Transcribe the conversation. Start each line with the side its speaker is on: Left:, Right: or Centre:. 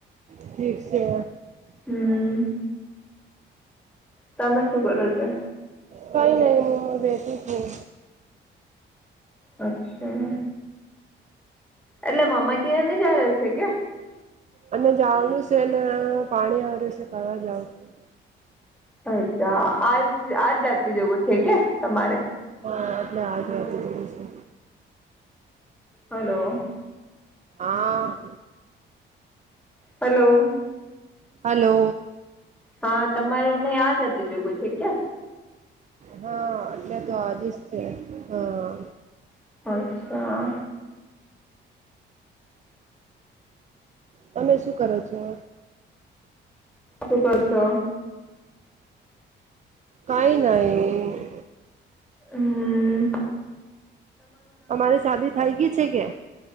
Right: ઠીક છે.
Centre: હમ તમે શું કરો છો?
Right: કઈ નહી હું બેઠી છું.
Centre: અચ્છા એટલે મામા ની ઘરે ની જારે છે કે
Right: અને જાવનું છે ને પાણી આવ્યું છે કરવા જાઉં છું.
Centre: અચ્છા આજ આજ જાતીજગો છેકે તમારે
Right: હા એટલે <unintelligible> છે.
Centre: હલો
Right: હા
Centre: હલો
Right: હલો
Centre: હા તમારે મને યા જતી જગું છે ક્યા
Right: હા, એટલે તો આજીસ છે હા.
Centre: અચ્છા.
Right: તમે શું કરો છો?
Centre: શું કો છો?
Right: કાંઈ નઈ.
Centre: હમ્મ.
Right: તમારે શાદી થઈ ગઈ છે કે?